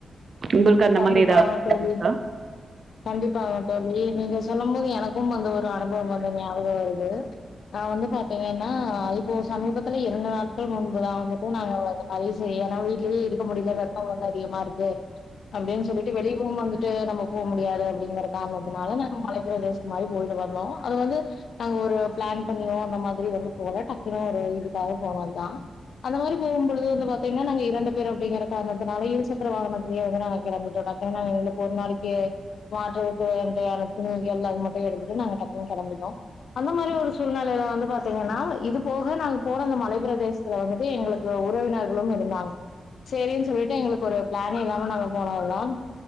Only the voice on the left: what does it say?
கண்டிப்பா
தோழி
கண்டிப்பாங்க தோழி நீங்க சொல்லும்போது எனக்கும் அந்த ஒரு அனுபவம் வந்து ஞாபகோ வருது நா வந்து பாத்தீங்கன்னா இப்போ சமீபத்துல இரண்டு நாள் முன்புதா வந்துட்டு நாங்க அந்த மாரி <unintelligible> இதே இருக்க முடில வெப்பம் வந்து அதிகமா இருக்கு எட் அப்டின்னு சொல்லிட்டு வெளியவுவந்துட்டு ட்டு நம்ம போ முடியாது அப்டி ங்கிற காரணத்தினால ங்ற காரனத்தனால நம்ம மலை பிரதேசம் மாரி போயிட்டு வர்னு அது வந்து நாங்க ஒரு பிளான் பண்ணியோ அந்த மாத்ரி வந்து போல டக்குனு ஒரு இதுக்காக போனதுதா அந்த மாரி போகும்பொழுது வந்து பாத்தீங்கன்னா நாங்க இரண்டு பேர் அப்டிங்கற காரணத்தினால இருசக்கர வாகனத்திலேயே ப்ப நாங்க கெளம்பிட்டோ ட்ககுனு நாங்க எங்களுக்கு ஒரு நாளைக்கே வாட்டர் துன்டு <unintelligible> அதுட்டு எடுத்துட்டு நாங்க டக்குனு கெளம்பிட்டோ அந்த மாரி ஒரு சூழ்நெலேலந்துங்கன்னா இது போக நாங்க போன அந்த மலைப்பிரதேசத்துல வந்து எங்களுக் உறவினர்களு இருந்தாங்க சரின்னு சொல்லிட்டு எங்களுக்கு ஒரு பிளானே இல்லாம நாங்க போனதுதான்